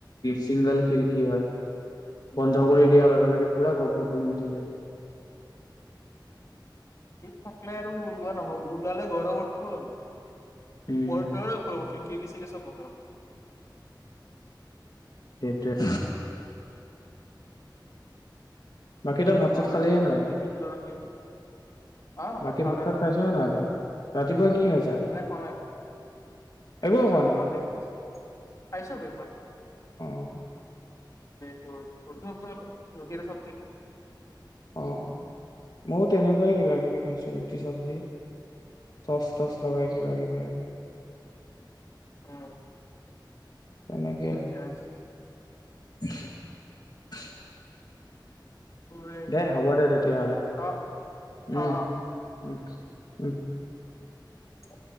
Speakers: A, on the left (about 60°); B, on the left (about 40°).
A: চিংগল খিৰিকী হয়। বন্ধ কৰি
B: অ'
A: দিয়াৰ লগে লগে পুৰা গপ গপনীয় উঠি যায়।
B: এই থাকলে আৰু কোৱা নহ, ওলালে গৰমত ফোন
A: উম,
B: প ধৰ পব কি <inaudible> কি কি চিক চ বন্ধ।
A: একট। বাকী তই ভাত
B: নহলে
A: চাত খালিয়ে
B: যিমান
A: নাই?
B: খিৰিকী খোলা ৰাখিবি অ
A: বাকী
B: খানে
A: ভাত চাত
B: ৰ
A: খাইছ নে নাই তই? ৰাতিপুৱা কি খাইছা?
B: নাই খ
A: একো খোৱা
B: ৰাতিপুৱা
A: নাই?
B: ব্ৰক খাইছো ব্ৰ।
A: অ',
B: ৰটি চজ ৰৰুটি আৰু চব্জি।
A: অ অ ময়ো তেনেকুৱাই কিবা কিবি খাইছো ৰুটি চবজি চচ তচ লগাই কিবা কিবি আৰু।
B: উম।
A: তেনেকেই আৰু।
B: য়েছ।
A: <unintelligible> <unintelligible>
B: তোৰ এই
A: দেই হ'ব দে তেতিয়াহ'লে
B: অ
A: উম
B: অ অ
A: উম উম।
B: অ।